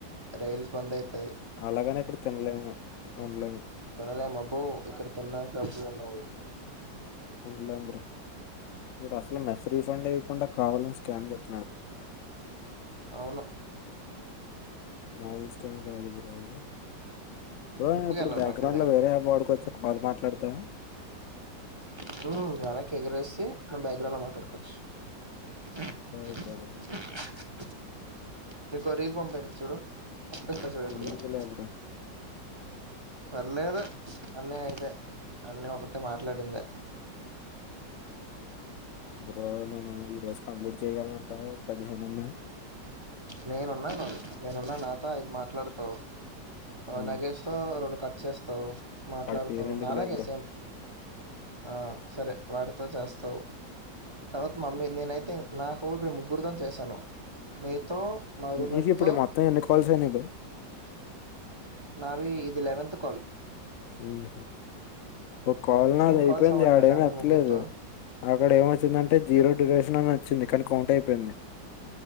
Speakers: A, on the right; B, on the left.
A: రైల్స్ బంద్ అయితయి
B: అలాగనే ఇక్కడ తినలేము ఉండలేం
A: తినలేం అబ్బో ఇక్కడ తినడానికి డబ్బులు ఉండవు
B: ఉండలేం బ్రో ఈడ అస్సలే మెస్రి కొండ ఇవకుండా కావాలని స్కామ్ చేత్
A: అవును
B: మామూల్ స్కామ్ కాదు బ్రో అది బ్రో
A: ట్రిప్‌కెళ్ళాలి
B: నేను ఇప్పుడు బ్యాక్‌గ్రౌండ్
A: రెక్కల దగ్గరికి.
B: లో వేరే అబౌడ్ కొచ్చి కాల్ మాట్లాడతా
A: ఇప్పుడు వెనక్కి ఎగిరేసి మనం బ్యాక్‌గ్రౌండ్ లో మాట్లాడుకోవచ్చు <unintelligible>
B: ఓకే బ్రో
A: నీకో రీలు పంపించ్ చూడు <unintelligible>
B: ఎందుకులే బ్రో
A: పర్లేదు అన్న ఇదే అన్న ఒకటే మాట్లాడిందే
B: బ్రో నేను ఈ రోజు కంప్లీట్ చెయ్యగలనంటావా పదిహేను ఉన్నాయ్
A: నేనున్నాను నేనున్నా నాతో ఐదు మాట్లాడుతావు
B: ఉమ్,
A: నగేష్ తో రెండు కట్ చేస్తావు మాట్లాడుతావు
B: వాడి పేరు ఎందుకులే
A: నాలాగే
B: బ్రో
A: సేం ఆ సరే వాడితో చేస్తావు తర్వాత మమ్మీ నేనైతే నాకు మీ ముగ్గురితోనీ చేశాను నీతో మా రూమ్మేట్
B: ఈ ఇప్పుడు
A: తో
B: మొత్తం ఎన్ని కాల్స్ అయినాయి బ్రో
A: నావి ఇది లెవెంత్ కాల్
B: ఊహూ ఒక కాల్
A: ఫిఫ్టీన్
B: నాది అయిపోయింది
A: కాల్స్ అవ్వాలి
B: ఆడు
A: కదా
B: ఏం
A: మేము
B: ఎత్తలేదు
A: ముగ్గురుతో
B: అక్కడ ఏమొచ్చిందంటే జీరో డ్యురేషన్ అని చ్చింది కానీ కౌంట్ అయిపోయింది